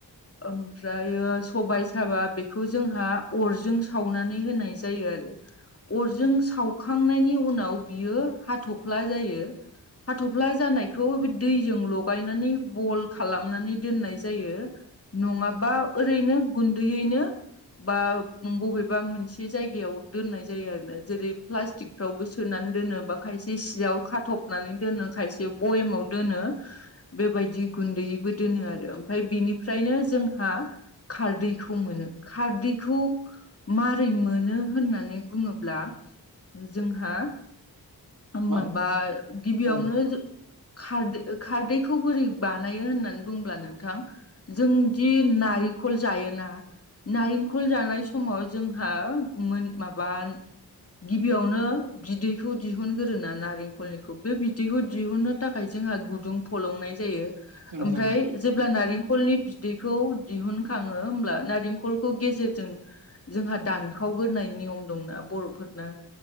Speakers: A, on the left; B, on the right.
A: ओमफ्रायो सबाय साबा बेखौ जोंहा अरजों सावनानै होनाय जायो आरो। अरजों सावखांनायनि उनाव बियो हाथफ्ला जायो। हाथफ्ला जानायखौ दैजों लगायनानै बल खालामनानै दोननाय जायो। नङाबा ओरैनो गुन्दैयैनो बा बबेबा मोनसे जायगायाव दोननाय जायो आरो ना जेरै प्लास्टिक फ्रावबो सोनानै दोनो बा खायसे सियाव खाथबनानै दोनो खायसे बयेमाव दोनो। बेबायदि गुन्दैयैबो दोनो आरो ओमफ्राय बिनिफ्रायनो जोंहा खारदैखौ मोनो खारदैखौ मारै मोनो होननानै बुङोब्ला जोंहा
B: मा
A: माबा गिबियावनो
B: औ
A: खारदै खारदैखौ बोरै बानायो होननानै बुंब्ला नोंथां जोंदि नारिखल जायोना नारेंखल जानाय समाव जोंहा मोन माबा गिबियावनो बिदैखौ दिहुनग्रोरो ना नारेंखलनिखौ बे बिदैखौ दिहुननो थाखाय जोंहा गुदुं फलंनाय जायो।
B: नोंथां
A: ओमफ्राय
B: औ नोंथां औ
A: जेब्ला नारेंखलनि बिदैखौ दिहुनखाङो होमब्ला नारेंखलखौ गेजेरजों जोंहा दानखावगोराय नियम दंना बर'फोरनो